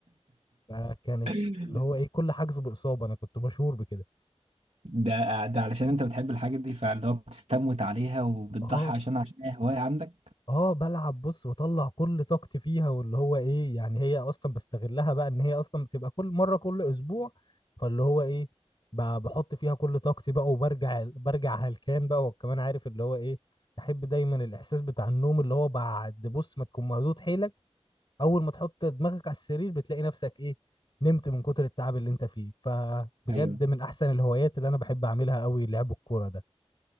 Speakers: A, on the left; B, on the right.
A: فكانت
B: <laughs>
A: اللي هو ايه كل حجز باصابه انا كنت مشهور بكده
B: ده ده علشان انت بتحب الحاجة دي فاللي هو بتستموت عليها وبتضحي
A: اه
B: عشان عشان اي هواية عندك
A: اه بلعب بص بطلع كل طاقتي فيها واللي هو ايه يعني هي اصلا بستغلها بقى ان هي اصلا بتبقى كل مره كل اسبوع فاللي هو ايه ب- بحط فيها كل طاقتي بقى وبرجع برجع هلكان بقى وكمان عارف اللي هو ايه تحب دايما الاحساس بتاع النوم اللي هو بعد بص ما تكون مهدود حيلك اول ما تحط دماغك على السرير بتلاقي نفسك ايه نمت من كتر التعب اللي انت فيه فبجد
B: ايوه
A: من احسن الهوايات اللي انا بحب اعملها قوي لعب الكوره ده